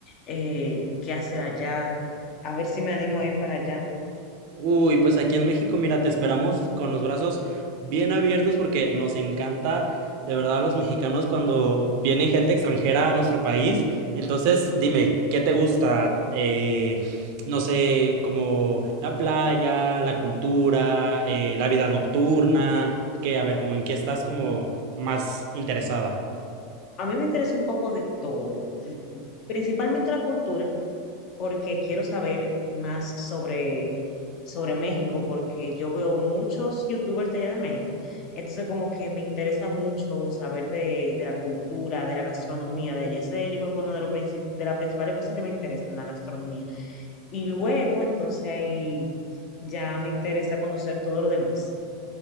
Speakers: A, on the left; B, on the right.
A: eh, qué hacer allá, a ver si me animo a ir para allá.
B: Uy, pues aquí en México, mira, te esperamos con los brazos bien abiertos porque nos encanta, de verdad, a los mexicanos cuando viene gente extranjera a nuestro país. Entonces, dime, ¿qué te gusta? Eh, no sé, como la playa, la cultura, eh, la vida nocturna, que, a ver, como en qué estás como más interesada.
A: A mí me interesa un poco de todo, principalmente la cultura, porque quiero saber más sobre, sobre México, porque yo veo muchos youtubers de allá de México. Entonces, como que me interesa mucho saber de, de la cultura, de la gastronomía de allá. Ese yo creo que uno de los princip- de las principales cosas que me interesan, la gastronomía. Y luego, entonces ahí ya me interesa conocer todo lo demás.